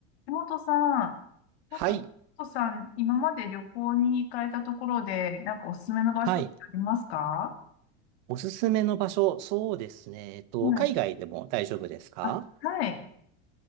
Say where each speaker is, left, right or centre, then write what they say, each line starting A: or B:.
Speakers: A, on the left; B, on the right.
A: 橋本さん、
B: はい。
A: なんか、橋本さん、今まで旅行に行かれたところで、なんかおすすめの場所ってありますか
B: はい。おすすめの場所、そうですね。えっと、
A: はい。
B: 海外でも大丈夫ですか
A: あ、はい。